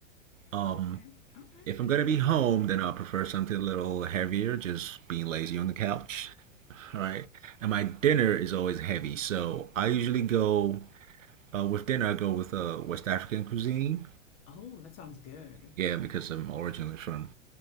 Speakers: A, on the right; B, on the left.
A: Um,
B: Okay. Okay.
A: if I'm gonna be home, then I'll prefer something a little heavier, just being lazy on the couch. All right. And my dinner is always heavy, so I usually go uh, with dinner. I go with uh, West African cuisine.
B: Oh, that sounds good.
A: Yeah, because I'm originally from